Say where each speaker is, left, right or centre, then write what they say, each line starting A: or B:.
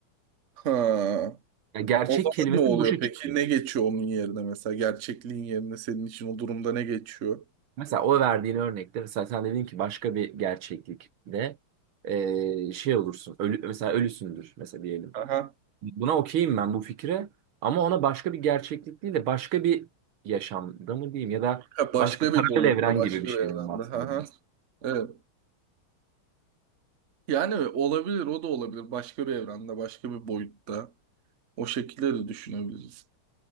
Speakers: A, on the right; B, on the right.
A: Ha.
B: Yani gerçek
A: O zaman
B: kelimesi
A: ne oluyor
B: boşa
A: peki?
B: çıkıyor.
A: Ne geçiyor onun yerine mesela? Gerçekliğin yerine senin için o durumda ne geçiyor?
B: Mesela o verdiğin örnekte mesela sen dedin ki başka bir gerçeklikte eee, şey olursun ölü, mesela ölüsündür mesela diyelim.
A: Aha.
B: Buna okeyim ben bu fikre ama ona başka bir gerçeklik değil de başka bir yaşamda mı diyeyim ya da
A: Ha, Başka
B: başka paralel
A: bir boyutta,
B: evren
A: başka
B: gibi bir şeyden
A: bir evrende.
B: bahsediyorum.
A: Aha. Evet. Yani olabilir, o da olabilir. Başka bir evrende, başka bir boyutta. O şekilde de düşünebiliriz.